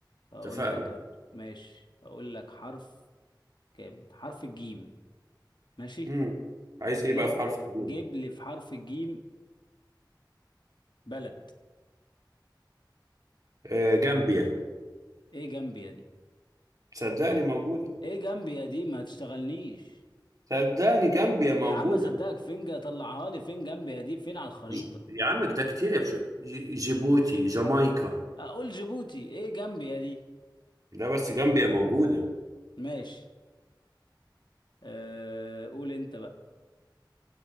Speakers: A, on the left (about 70°); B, on the right (about 50°).
A: هقول
B: اتفقنا
A: لك انا ماشي هقول لك حرف كامل حرف الجيم ماشي
B: امم عايز ايه
A: جيب
B: بقى في حرف الجيم
A: جيب لي في حرف الجيم بلد
B: آه جامبيا
A: ايه جنبي يا دي
B: صدقني موجودة
A: ايه جنبي يا دي ما تشتغلنيش
B: صدقني جامبيا موجودة
A: يا عم صدقك فين طلعها لي فين جنبي يا دي فين على الخريطة
B: ج... يا عم ده كتير يا بشو ج... جيبوتي جامايكا
A: اقول جيبوتي ايه جنبي يا دي
B: ده بس جامبيا موجودة
A: ماشي أه قول انت بقى